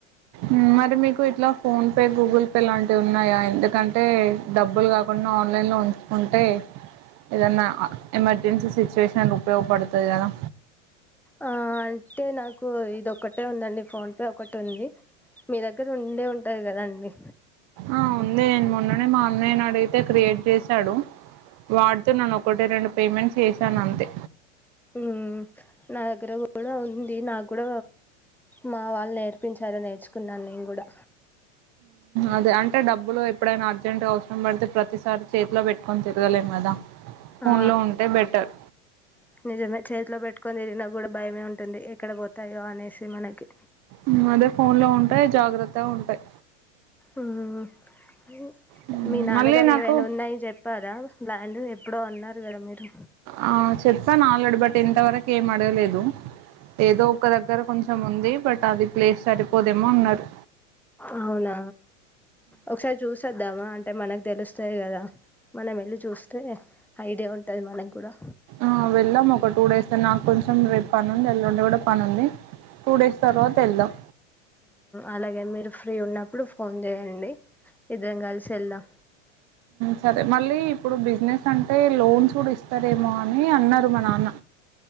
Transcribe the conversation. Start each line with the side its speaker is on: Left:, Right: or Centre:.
Right: ఉమ్ మరి మీకు ఇట్లా ఫోన్ పే గూగుల్ పే లాంటివి ఉన్నాయా ఎందుకంటే డబ్బులు కాకుండా ఆన్లైన్లో ఉంచుకుంటే ఏదన్నా ఎమర్జెన్సీ సిచ్యువేషన్ ఉపయోగపడుతది కదా
Centre: ఆ అంటే నాకు ఇదిొక్కటే ఉందండి ఫోన్ పే ఒకటిే ఉంది మీ దగ్గర ఉండే ఉంటది కదాండి
Right: ఆ ఉంది నే మొన్ననే మా అన్నయ్య అడిగితే క్రియేట్ చేసి కడు వాడుతున్నాను ఒకటి రెండు పేమెంట్స్ ఏసి తనంతే
Centre: ఉ నాదగ్గర కూడా ఇది నాకూడ మా వాళ్ నేర్పించారు నేర్చుకున్నాను నేను కూడా
Right: అదే అంటే డబ్బులు ఎప్పుడైనా అర్జెంట్గా అవసరం పడితే ప్రతిసారి చేతిలో పెట్టుకొని తిరగలేం కదా ఫోన్లో
Centre: ఆ
Right: ఉంటే బెటర్
Centre: నిజమే చేతిలో పెట్టు తీరిన కూడా భయమే ఉన్ ఉంటుంది ఎక్కడ పోతయో అనేసి ది మనకి
Right: ఉమ్ అదే ఫోన్లో ఉంటాయి జాగ్రత్త తా ఉంటాయి
Centre: ఉమ్ మ్
Right: మ్మ్.
Centre: మీ నాన్నగారు
Right: మళ్ళీ నాకు
Centre: ఏవైనా ఉన్నాయ్ చెప్పారా ల్యాండ్ ఎప్పుడో అన్నారు గదా మీరు
Right: ఆ చెప్పాను ఆల్రెడీ బట్ ఇంతవరకు ఏం అడగలేదు ఏదో ఒక దగ్గర కొంచెం ఉంది బట్ అది ప్లేస్ సరిపోదేమో అన్నారు
Centre: అవునా ఒకసారి చూసద్దామా అంటే మనకు తెలుస్తాది కదా మనం వెళ్ళి చూస్తే ఐడియా ఉంటుంది మనకు కూడా
Right: ఆ వెళ్లాం ఒక టూ డేస్ నాకొంచెం రెప్పనుంది ఎల్లుండి గూడ పనుంది టూ డేస్ తర్వాత వెళ్దాం
Centre: అలాగే మీరు ఫ్రీ ఉన్నప్పుడు ఫోన్ చేయండి ఇద్దరం కలిసి వెళ్దాం
Right: సరే మళ్ళీ ఇప్పుడు బిజినెస్ అంటే లోన్స్ కూడా ఇస్తారేమో అని అన్నారు మా నాన్న